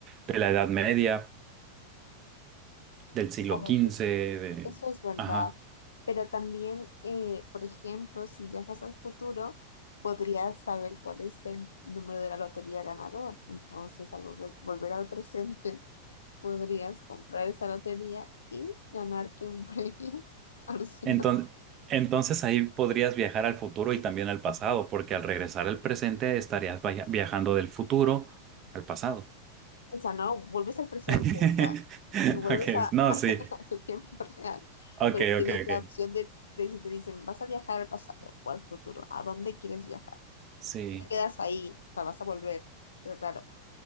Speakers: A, on the right; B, on the left.
A: de la Edad Media, del siglo
B: Claro,
A: quince
B: eso,
A: de...
B: eso es verdad.
A: Ajá.
B: Pero también, eh, por ejemplo, si viajas al futuro, podrías saber cuál es el número de la lotería ganador. Entonces, al volver, volver al presente, podrías comprar esa lotería y ganarte un premio <laughs> alucinante.
A: Entonces, entonces ahí podrías viajar al futuro y también al pasado, porque al regresar al presente estarías vaya- viajando del futuro al pasado.
B: O sea, no, vuelves al presente,
A: <laughs>
B: o sea, y vuelves
A: Okay,
B: a,
A: no,
B: <laughs> a
A: sí.
B: tu tiempo <laughs> real,
A: Okay,
B: pero
A: okay,
B: tienes la
A: okay.
B: opción de, de si te dicen, vas a viajar al pasado o al futuro, ¿a dónde quieres viajar?
A: Sí,
B: No te quedas ahí, o sea, vas a volver, pero claro,